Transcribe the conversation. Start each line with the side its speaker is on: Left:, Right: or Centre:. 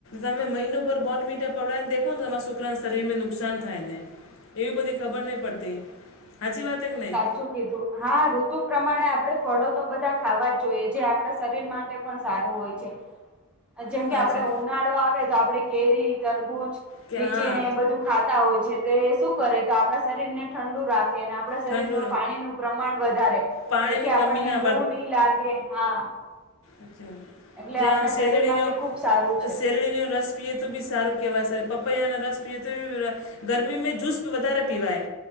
Left: તમે મહિનો પર બોન્ડવિટા પવડા ને દેખો ને તમારા છોકરાને શરીરને નુકસાન થાય ને. એવી બધી ખબર નહીં પડતી હાચી વાત કે નહીં.
Centre: હાચુ કીધું હા ઋતુ પ્રમાણે આપણે ફળો તો બધા ખાવા જ જોઈએ જે આપણા શરીર માટે પણ સારું હોય છે. જેમ
Left: સાચી
Centre: કે આપડે ઉનાળો આવે તો આપડે કેરી, તરબૂચ
Left: કે
Centre: લીચીને
Left: હા
Centre: એ બધું ખાતા હોય છે તે શું કરે તો આપણા શરીરને ઠંડુ રાખે અને આપણા શરીરમાં
Left: ઠંડુ
Centre: પાણીનું પ્રમાણ વધારે
Left: પાણીની
Centre: એથી
Left: કમીના
Centre: આપણને લૂ ની લાગે હા.
Left: અચ્છા
Centre: એટલે
Left: જે
Centre: આપણા
Left: આમ સેલડીનો
Centre: શરીર માટે ખુબ સારું છે
Left: શેલડીનો રસ, પીએ તો બી સારું કહેવાય સર પપૈયા અને રસ પીએ તો બી ગરમીમાં જૂસ વધારે પીવાય.